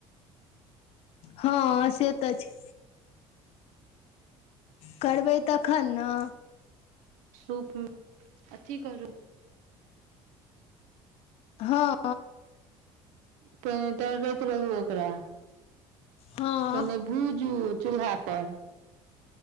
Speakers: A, on the left; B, on the right.
A: हँ से तऽ छै। करबै तखन ने।
B: सूपमे अथी करू।
A: हँ।
B: त त रह ओकरा
A: हँ
B: पहिने भूज उ चूल्हा पर।